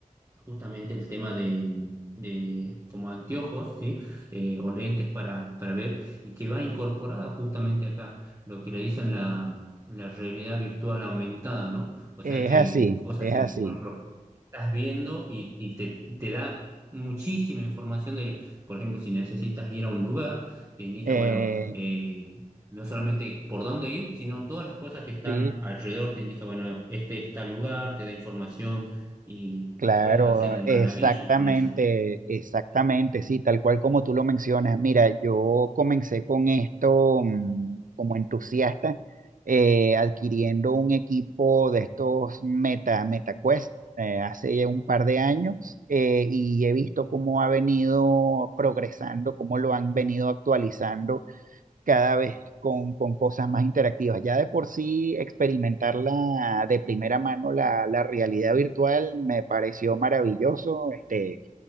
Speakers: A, on the right; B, on the right.
A: justamente el tema de, de como anteojos, ¿sí? Eh, o lentes para, para ver, y que va incorporada justamente acá, lo que le dicen la, la realidad virtual aumentada, ¿no? O sea
B: Es
A: que
B: así,
A: mm, cosas
B: es
A: que,
B: así.
A: por ejemplo, estás viendo y, y te, te da muchísima información de, por ejemplo, si necesitas ir a un lugar, te indica,
B: Eh,
A: bueno, eh, no solamente por dónde ir, sino todas las cosas que están
B: sí,
A: alrededor, te indica, bueno, este está lugar, te da información, y
B: Claro,
A: puedes hacer maravillas
B: exactamente,
A: con eso.
B: exactamente, sí, tal cual como tú lo mencionas. Mira, yo comencé con esto mm, como entusiasta, eh, adquiriendo un equipo de estos Meta, MetaQuest, eh, hace ya un par de años, eh, y he visto cómo ha venido progresando, cómo lo han venido actualizando cada vez con, con cosas más interactivas. Ya de por sí experimentar la, de primera mano la, la realidad virtual me pareció maravilloso. Este,